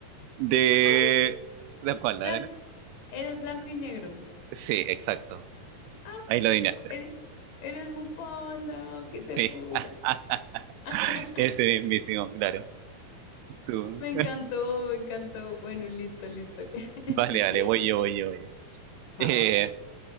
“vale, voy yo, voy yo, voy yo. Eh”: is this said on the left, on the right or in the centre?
Right